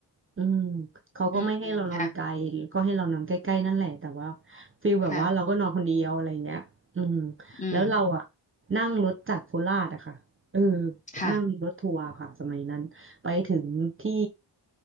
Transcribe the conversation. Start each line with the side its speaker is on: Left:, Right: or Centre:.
Right: อืมเขาก็ไม่ให้เรานอนไกลก็ให้เรานอนใกล้ๆนั่นแหละแต่ว่า
Left: อืมค่ะ
Right: ฟีลแบบว่าเราก็นอนคนเดียวอะไรเงี้ยอืม
Left: ค่ะอืม
Right: แล้วเราอะนั่งรถจากโคราชอะค่ะเออ
Left: ค่ะ
Right: นั่งรถทัวร์ค่ะสมัยนั้น ไปถึงที่